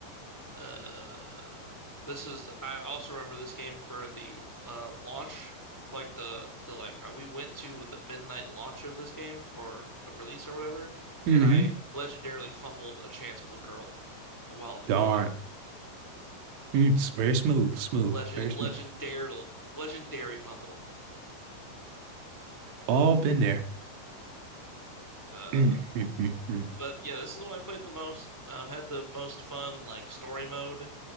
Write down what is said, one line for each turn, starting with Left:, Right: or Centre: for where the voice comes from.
Centre: Uh, this is I also remember this game for the uh launch, like the the like uh, we went to the midnight launch of this game or the release or whatever,
Right: hmm
Centre: and I legendarily fumbled a chance with a girl while
Right: Darn.
Centre: while there.
Right: Mm, it's very smooth, smooth,
Centre: Legend
Right: very smooth.
Centre: legendary legendary fumble.
Right: All been there.
Centre: Uh
Right: Mm, mm, mm, mm.
Centre: But yeah, this is the one I played the most. Um, had the most fun like story mode